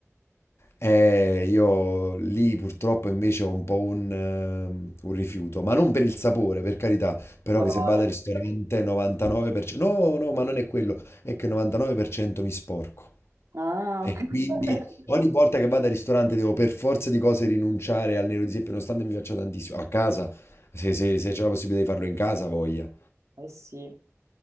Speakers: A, on the left; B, on the right.
A: Eh, io lì purtroppo invece ho un po' un, ehm, un rifiuto, ma non per il sapore, per carità, però
B: Colore.
A: che se vado al ristorante 99%, no, no, ma non è quello, è che 99% mi sporco.
B: Ah,
A: E
B: ok.
A: quindi
B: <laughs>
A: ogni volta che vado al ristorante devo per forza di cose rinunciare al nero di seppia, nonostante mi piaccia tantissimo. A casa, se, se- se c'è la possibilità di farlo in casa, voglia.
B: Eh sì.